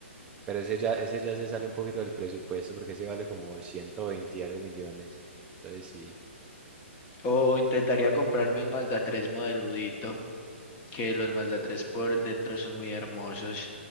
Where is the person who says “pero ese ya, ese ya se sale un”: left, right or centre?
Right